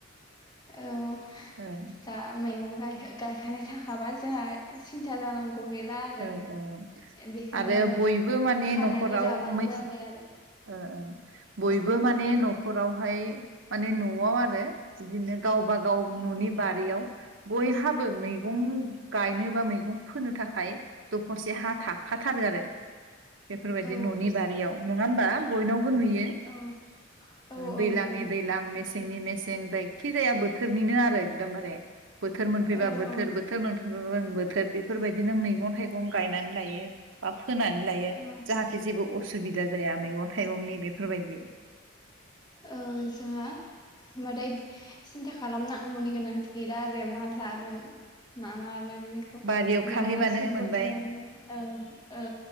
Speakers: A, on the left; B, on the right.
A: औ
B: ओं
A: दा मैगं गाय गायखानाय थाखाबा जोंहा सिन्था जानांगौ गौ गैला आरो
B: ओ ओ
A: बेखौनो
B: आरो बयबो माने
A: खानानै
B: न'खराव
A: जाबानो
B: मै
A: जाबाय आरो।
B: ओ ओ बयबो
A: औ
B: माने। नखरावहाय माने न'आव आरो बिदिनो गावबा गाव न'नि बारियाव। बयहा हाबो मैगं
A: औ
B: गाय नो बा मैगं फोनो थाखाय दख'रसे हा थाखाथारो आरो बेफोर बायदि
A: औ
B: न'नि बारियाव न' नङा होनोमबा बयनाव बो नुयो
A: औ औ
B: दैलांनि
A: औ नै
B: दैलां मेसेंनि मेज सें जायखि जाया बोथोरनिनो आरो एकदम बारे। बोथोर मोनफैबा
A: औ
B: बोथोर
A: औ
B: बोथोर मोन गुबुन बोथोर बेफोर बायदिनो मैगं-थाइगं गायनानै लायो। फोनानै लायो
A: औ
B: जाहाथे जेबो असुबिद बा मैगं थाइगंनि बेफोर बायदि।
A: औ जोंहा <unintelligible> सिन्था खालामनांगौनि गोनांथि गैला आरो मा जागोन मा मागोन बेखौ
B: बारियाव खाहैबानो
A: मानोना सब
B: मोनबाय
A: बोथोरावनो औ औ